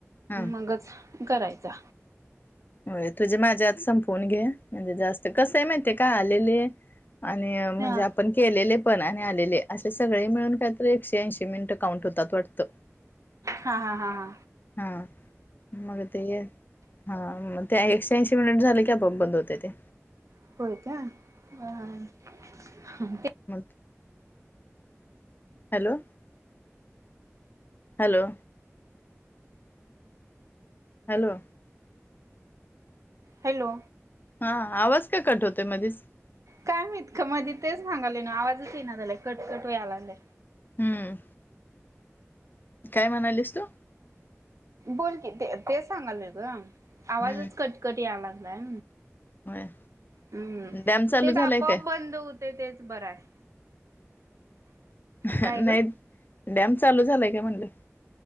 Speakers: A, on the left; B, on the right.
A: हा
B: मंगच करायचा?
A: होय तुझे माझ्या आत संपवून घे, म्हणजे जास्त कसं आहे माहितीय काय आलेले आणि म्हणजे
B: हा
A: आपण केलेले पण आणि आलेले, असे सगळे मिळून कायतर, एकशे ऐंशी मिनिटं काउंट होतात वाटतं
B: हा हा हा हा!
A: हा मग ते हाग ते एकशे ऐंशी मिनिट झाले की आपोआप बंद होते ते.
B: होतं कां बरं
A: म <inaudible> हॅलो हॅलो हॅलो
B: हॅलो
A: हा आवाज का कट होतोय मधेच.
B: काय माहीत का मध्ये तेच सांगाले ना आवाजच ये ना झालाय कटकट वयालागलाय.
A: हम्म काय म्हणालीस तू
B: बोलकी ते ते सांगालय ग.
A: हम्म
B: आवाजच कटकट यायला लागलाय.
A: होय
B: हम्म
A: डॅम चालू
B: तेच
A: झालाय
B: आपोआप
A: काय
B: बंद होते तेच बर आहे.
A: ह्
B: काय
A: नाही
B: ग?
A: डॅम चालू झालाय का म्हणलं.